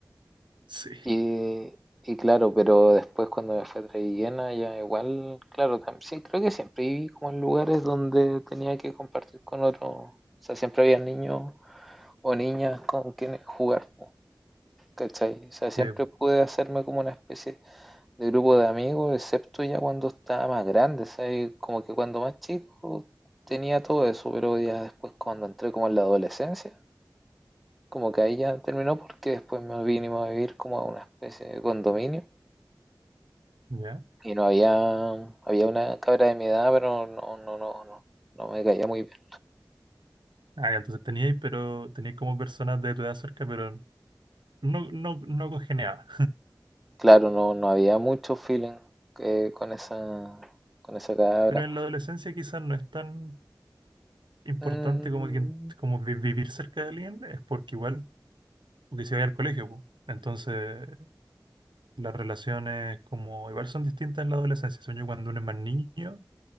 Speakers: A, on the right; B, in the centre.
A: sí,
B: Y, y claro, pero después cuando me fui a Trevillena, ya igual, claro, tam- sí, creo que siempre viví como en lugares donde tenía que compartir con otros, o sea, siempre había niños o niñas con quienes jugar, po, ¿cachai? O sea, siempre
A: sí,
B: pude hacerme como una especie de grupo de amigos, excepto ya cuando estaba más grande, ¿sabes? Como que cuando más chico tenía todo eso, pero ya después cuando entré como en la adolescencia, como que ahí ya terminó porque después me vinimos a vivir como a una especie de condominio
A: ya.
B: y no había, había una cabra de mi edad, pero no, no, no, no, no me caía muy bien.
A: Ah, ya, entonces teníais, pero teníais como personas de tu edad cerca, pero no, no, no congeniaba.
B: Claro, no, no había mucho feeling eh, con esa, con esa cabra.
A: Pero en la adolescencia quizás no es tan importante
B: Mm,
A: como, que, como vi- vivir cerca de alguien, es porque igual, porque si vais al colegio, po. Entonces las relaciones como igual son distintas en la adolescencia. Sueño cuando uno es más niño,